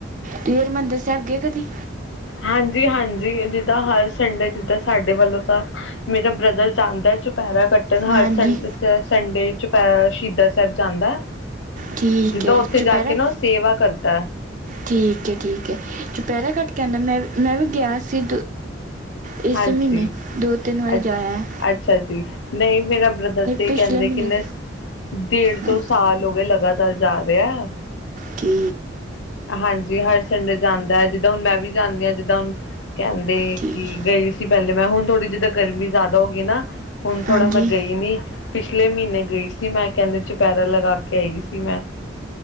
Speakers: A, on the right (about 45°); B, on the left (about 80°).
A: ਤੁਸੀਂ ਹਰਿਮੰਦਰ ਸਾਹਿਬ ਗਏ ਕਦੀ।
B: ਹਾਂਜੀ ਹਾਂਜੀ ਜਿੱਦਾਂ ਹਰ ਸੰਡੇ ਜਿੱਦਾਂ ਸਾਡੇ ਵੱਲੋਂ ਤਾਂ। ਮੇਰਾ ਬ੍ਰਦਰ ਜਾਂਦਾ ਹੈ। ਚੁਪਹਿਰਾ ਕੱਟਣ ਹਰ
A: ਹਾਂਜੀ
B: ਸੰਡੇ। ਤੇ ਉਹ ਸੰਡੇ ਚੁਪਿਹਰਾ ਅਹ ਸ਼ਹੀਦਾਂ ਸਾਹਿਬ ਜਾਂਦਾ ਹੈ।
A: ਠੀਕ
B: ਜਿੱਦਾਂ
A: ਹੈ
B: ਉੱਥੇ
A: ਚੁਪਹਿਰਾ
B: ਜਾ ਕੇ ਨਾ ਉਹ ਸੇਵਾ ਕਰਦਾ ਹੈ।
A: ਠੀਕ ਹੈ ਠੀਕ ਹੈ। ਚੁਪਿਹਰਾ ਕੱਟ ਕੇ ਆਉਂਦਾ ਮੈਂ ਵੀ ਮੈਂ ਵੀ ਗਿਆ ਸੀ। ਇਸੇ
B: ਹਾਂਜੀ
A: ਮਹੀਨੇ ਦੋ ਤਿੰਨ ਵਾਰੀ
B: ਅ
A: ਜਾਇਆ ਹੈ।
B: ਅੱਛਾ ਜੀ ਨਹੀਂ ਮੇਰਾ ਬ੍ਰਦਰ ਤੇ ਇਹ
A: ਪਿਛਲੇ
B: ਕਹਿੰਦੇ
A: ਮਹੀਨੇ
B: ਕਿੰਨੇ। ਡੇਢ
A: ਹਾਂਜੀ
B: ਦੋ ਸਾਲ ਹੋ ਗਏ ਲਗਾਤਾਰ ਜਾ ਰਿਹਾ ਹੈ।
A: ਕੀ।
B: ਹਾਂਜੀ ਹਰ ਸੰਡੇ ਜਾਂਦਾ ਹੈ। ਜਿੱਦਾਂ ਹੁਣ ਮੈਂ ਵੀ ਜਾਂਦੀ ਹਾਂ। ਜਿੱਦਾਂ ਹੁਣ ਕਹਿੰਦੇ
A: ਠੀਕ
B: ਕਿ। ਗਈ ਸੀ ਪਹਿਲੇ ਮੈਂ ਹੁਣ ਥੋੜੀ ਜਿੱਦਾਂ ਗਰਮੀ ਜ਼ਿਆਦਾ ਹੋ ਗਈ ਨਾ ਹੁਣ ਥੋੜਾ
A: ਹਾਂਜੀ
B: ਮੈਂ ਗਈ ਨੀ। ਪਿਛਲੇ ਮਹੀਨੇ ਗਈ ਸੀ ਮੈਂ ਕਹਿੰਦੇ ਚੁਪਿਹਰਾ ਲਗਾ ਕੇ ਆਈ ਸੀ ਮੈਂ।